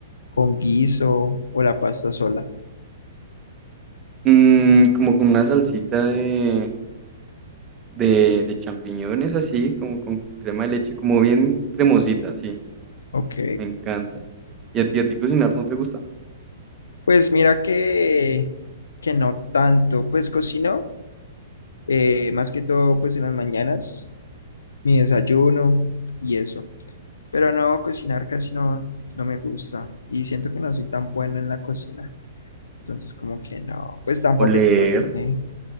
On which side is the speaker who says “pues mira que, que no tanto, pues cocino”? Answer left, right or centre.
Left